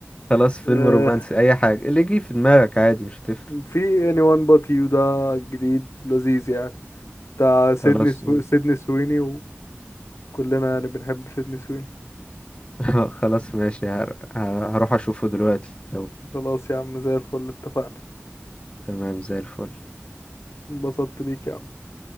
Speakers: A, on the left (about 25°); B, on the left (about 75°).
A: خلاص فيلم
B: آه،
A: رومانسي اي حاجه اللي يجي في دماغك عادي مش هتفرق
B: في anyone but you ده جديد لذيذ يعني بتاع سيدني
A: خلاص
B: سو...
A: ماشي
B: سيدني سويني وكلنا يعني بنحب سيدني سويني
A: <laughs> خلاص ماشي هر- هروح اشوفه دلوقتي اهو.
B: خلاص يا عم زي الفل اتفقنا
A: تمام زي الفل
B: انبسطت بيك يا عم